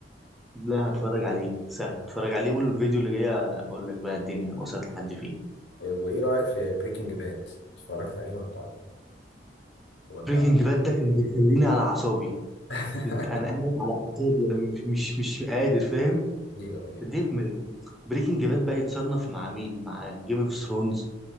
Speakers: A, in the centre; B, on the left (about 85°).
A: لا هتفرج عليه سهل هتفرج عليه والفيديو اللي جاي انا اقول لك بقى الدنيا وصلت لحد فين
B: وايه رايك في بريكنج باد اتفرجت عليه ولا ولا
A: بريكنج باد ده كان بيخليني على اعصابي
B: <laughs>
A: انت- انا قاعد على اعصابي انا مش مش مش قادر فاهم
B: ايوه ايوه
A: ديف بريكنج باد بقى يتصنف مع مين مع جيم اوف ثرونز